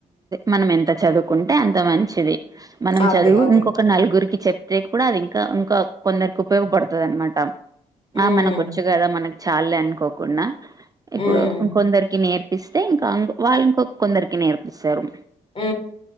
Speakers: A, on the right; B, on the left.
A: మనం ఎంత చదువ్ ంటే అంత మంచిది మనం
B: అదే.
A: చదువు
B: అదే.
A: ఇంకొక నలుగురికి చెప్ ే కూడా అది ఇంకా ఇంకా కొందరికి ఉపయోగపడుతదన్నమాట
B: హ్మ్.
A: ఆ మనకోచ్చు కదా మనక్ చాళ్ళే అనుకోకుండా ఇప్పుడు
B: హ్మ్.
A: ఇంకొందరికి నేర్ పిస్తే ఇంకాం వాళ్ళ ఇంకొ కొందరికి నేర్పిస్తారు
B: మ్